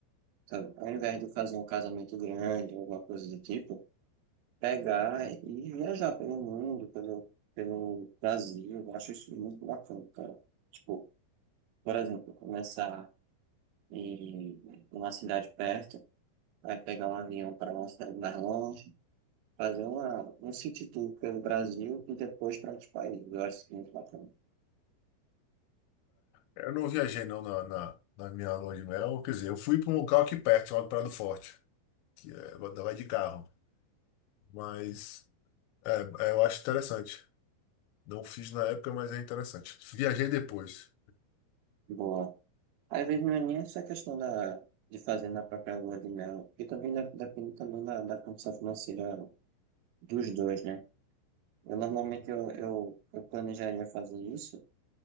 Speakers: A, on the right (about 80°); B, on the left (about 85°).
A: sabe? Ao invés de fazer um casamento grande, alguma coisa do tipo, pegar e viajar pelo mundo, pelo, pelo Brasil, eu acho isso muito bacana, cara. Tipo, por exemplo, começar em uma cidade perto, aí pegar um avião para uma cidade mais longe, fazer uma, um city tour pelo Brasil e depois para outros países, eu acho isso muito bacana.
B: É. Eu não viajei não na, na, na minha lua de mel, quer dizer, eu fui para um local aqui perto, chamado Prado Forte, que é, vai de carro, mas é, é, eu acho interessante. Não fiz na época, mas é interessante. Viajei depois.
A: Boa. Às vezes não é nem essa questão da, de fazer na própria lua de mel, porque também dep- depende também da, da condição financeira Dos dois, né? Eu normalmente eu, eu, eu planejaria fazer isso,